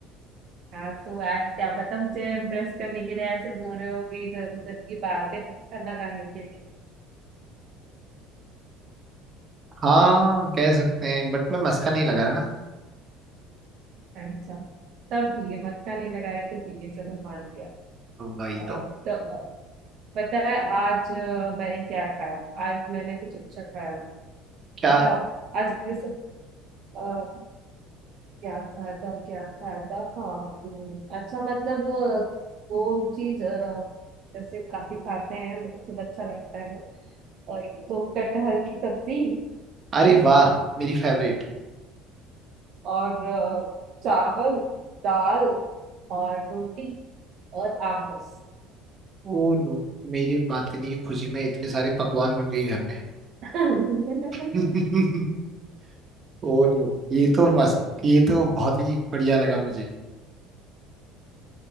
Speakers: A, on the right; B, on the right.
A: हाँ तो आज क्या पता मुझे इम्प्रेस करने के लिए ऐसे बोल रहे हो कि इधर उधर की बातें मक्खन लगाने के लिए
B: हाँ कह सकते हैं बट मैं मस्का नहीं लगा रहा ना
A: अच्छा तब ठीक है मक्खन नहीं लगा रहे तो ठीक है चलो मान लिया
B: वही
A: और
B: तो
A: तो पता है आज अ, मैंने क्या खाया आज मैंने कुछ अच्छा खाया नहीं।
B: क्या
A: बताओ आज वैसे अ, क्या खाया था क्या खाया था हाँ हम्म, अच्छा मतलब अ, वो चीज अ, जैसे काफी खाते हैं मतलब सब अच्छा लगता है वो। और ये तो कटहल की सब्जी
B: अरे वाह मेरी फेवरेट
A: और अ, चावल दाल और रोटी और आम बस
B: ओ नो मेरी बात करने की खुशी में इतने सारे पकवान बन गए घर में
A: <laughs>
B: <laughs> ओ नो ये तो मस्त ये तो बहुत ही बढ़िया लगा मुझे